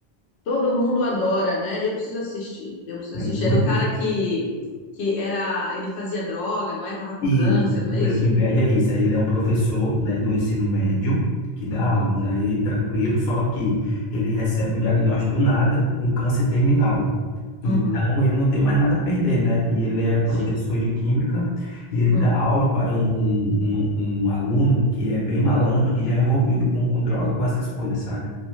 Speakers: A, on the left; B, on the left.
A: Todo mundo adora, né? Eu preciso assistir. Eu preciso
B: É
A: assistir.
B: muito,
A: É do cara que, que era. Ele fazia droga, não é? Tava com
B: e
A: câncer, não
B: o Breaking
A: é isso?
B: Bad é isso, ele é um professor, né, do ensino médio, que dá
A: Uhum,
B: aula, né, ali, tranquilo, só que ele recebe um diagnóstico do nada, um câncer terminal.
A: uhum,
B: Então, ele não tem mais nada a perder, né? E ele é professor
A: sim.
B: de química e ele dá
A: Uhum,
B: aula para um, um, um- um aluno que é bem malandro, que já é envolvido com, com droga, com essas coisas, sabe?